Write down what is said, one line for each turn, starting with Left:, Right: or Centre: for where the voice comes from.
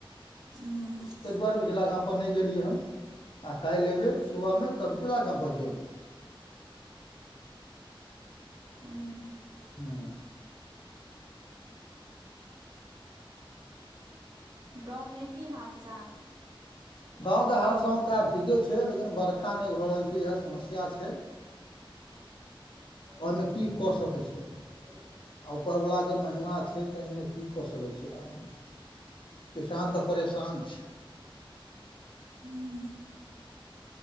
Right: हूं
Left: तैय दुआरे बिचला गाम पर नैय गेलियैहन्- आ काइल एबै सुबह मे त बीचला गाम पर जेबै।
Right: हूँ। <unintelligible>
Left: हूँ
Right: गाँव मे की हाल- चाल?
Left: गाँव के हाल समाचार ठीके छै, लेकिन बरखा नै भऽ रहल छै, इहाए समस्या छै। <inaudible>
Right: <unintelligible>
Left: ओहिमे की कऽ सकै छै आ ऊपर वला के महिमा छै तऽ ए मे की कऽ सकै छै आदमी। किसान तऽ परेशान छै।
Right: हुं।